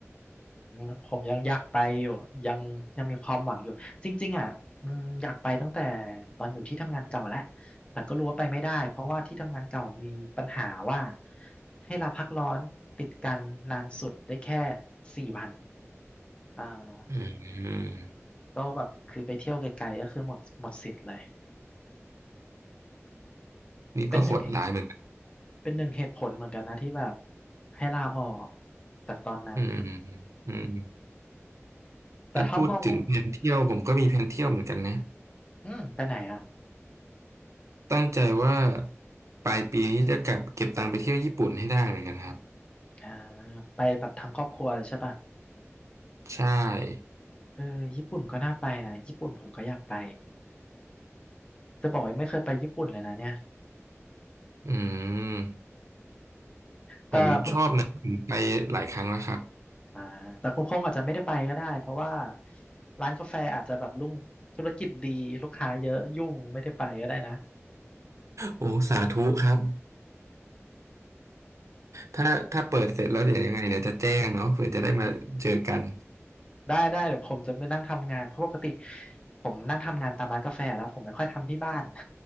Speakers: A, on the left (about 20°); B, on the right (about 80°).
A: อืมผมยังอยากไปอยู่ยังยังมีความหวังอยู่จริงๆอ่ะอืมอยากไปตั้งแต่ตอนอยู่ที่ทำงานเก่าแล้วแต่ก็รู้ว่าไปไม่ได้เพราะว่าที่ทำงานเก่ามีปัญหาว่าให้ลาพักร้อนติดกันนานสุดได้แค่สี่วันอ่า
B: อืม
A: ก็แบบคือไปเที่ยวไกลๆก็คือหมดหมดสิทธิ์เลย
B: นี่ก็โหดร้ายเหมือนกัน
A: เป็นหนึ่งเหตุเป็นหนึ่งเหตุผลเหมือนกันนะที่แบบให้ลาออกจากตอนนั้น
B: อืมอืม
A: แต่ถ้ามอง
B: ถ้าพูดถึงแผนเที่ยวผมก็มีแผนเที่ยวเหมือนกันนะ
A: อืมไปไหนอ่ะ
B: ตั้งใจว่าปลายปีนี้จะกลับเก็บตังค์ไปเที่ยวญี่ปุ่นให้ได้เหมือนกันครับ
A: อ่าไปแบบทั้งครอบครัวเลยใช่ป่ะ
B: ใช่
A: เออญี่ปุ่นก็น่าไปนะญี่ปุ่นผมก็อยากไปจะบอกยังไม่เคยไปญี่ปุ่นเลยนะเนี่ย
B: อืม
A: แต่คุณ
B: ผมชอบนะผมไปหลายครั้งแล้วครับ
A: อ่าแต่คุณพงษ์อาจจะไม่ได้ไปก็ได้เพราะว่าร้านกาแฟอาจจะแบบรุ่งธุรกิจดีลูกค้าเยอะยุ่งไม่ได้ไปก็ได้นะ
B: โอ้สาธุครับ ถ้าถ้าเปิดเสร็จแล้วเดี๋ยวยังไงเดี๋ยวจะแจ้งเนาะเผื่อจะได้มาเจอกัน
A: ได้ได้เดี๋ยวผมจะไปนั่งทำงานเพราะปกติผมนั่งทำงานตามร้านกาแฟแล้วผมไม่ค่อยทำที่บ้าน